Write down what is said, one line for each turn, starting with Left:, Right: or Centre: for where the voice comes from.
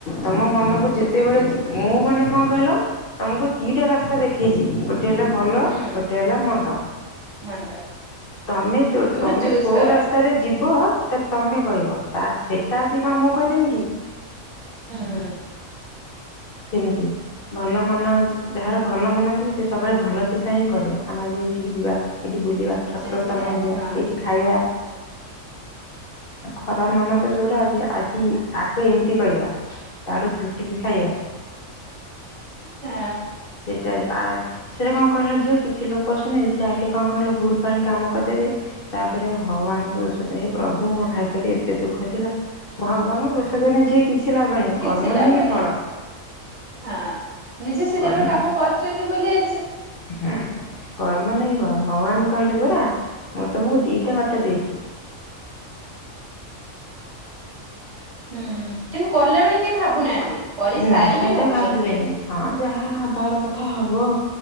Left: ତମ ମନକୁ ଯେତେବେଳେ ମୁଁ ମାନେ କଣ କ ହିଲ ତମକୁ ଦିଟା ରାସ୍ତା ଦେଖେଇଛି ଗୋ ଟେ ହେଲା ଭଲ
Right: ହୁଁ
Left: ଗୋଟେ ହେଲା ମନ୍ଦ।
Right: ମନ୍ଦ
Left: ତମେ ଯୋଉ
Right: ତୁମେ
Left: ତମେ
Right: ଚୁଜ
Left: କୋଉ
Right: କର
Left: ରାସ୍ତାରେ ଯିବ ସେଟା ତମେ କହିବ ତାର ସେଟାଦି କଣ ମୁଁ କହିଦେମି କି?
Right: ହୁଁ
Left: ସେମିତି ଭଲ ମନ ଯାହାର ଭଲ ମନ ସେ ସବୁବେଳେ ଭଲ ଚିନ୍ତା ହିଁ କରିବ ଆମେ ଆଜି ଏଠିକି ଯିବା। ଏ ଠି ବୁଲିବା ଠାକୁର
Right: ସେଠି
Left: ସ୍ଥାନକୁ
Right: ଯା
Left: ଯିବା
Right: ହଁ
Left: ଏଇଠି ଖାଇବା। ଖରା ମନ ତ ଯୋଉରା଼ ଆଜି ଆକୁ ଏମିତି କହିବା ତାରୁ ର ଲୁଟିିକି ଖାଇବା।
Right: ହେଁ।
Left: ସେ ଆ ସେଟା କଣ କହିଲ ଝିଅ କିଛି ଲୋକ ଅଛନ୍ତି ସେ ଆଗେ କଣ କହିଲେ ଭୁଲ ଭାଲ୍ କାମ କରିଦେବେ ତାପରେ ଭଗବାନଙ୍କୁ ଦୋଷ ଦେବେ ହେ ପ୍ରଭୁ ମୋ ଭାଗ୍ୟରେ ଏ ତେ ଦୁଃଖ ଥିଲା ଭଗବାନଙ୍କୁ ଦୋଷ ଦେଲେ ଝିଅ କିଛି ଲାଭ ନାହିଁ।
Right: କିଛି
Left: କର୍ମ
Right: ଲାଭ
Left: ନେଇ କି
Right: ନାହିଁ
Left: ଫଳ।
Right: ହଁ ନିଜେ ସେଇଟାଇପ୍
Left: କର୍ମ
Right: ର କାମ କରିଛନ୍ତି ବୋଲି ଆ
Left: ହୁଁ କର୍ମ ନେଇବ ଭଗବାନ କହିଲେ ଯେ କୁଆ ମୁଁ ତମକୁ ଦିଟା ଵାଟ ଦେଇଛି
Right: ହୁଁ କିନ୍ତୁ କଲା ବେଳେ କେହି ଭାବୁନାହାନ୍ତି। କରିସାରିକି
Left: ନା ସେଟା
Right: ଭାବୁଛନ୍ତି।
Left: ଭାବିବେନି ହଁ ଯାହା ହବାର କଥା ହ ହୁ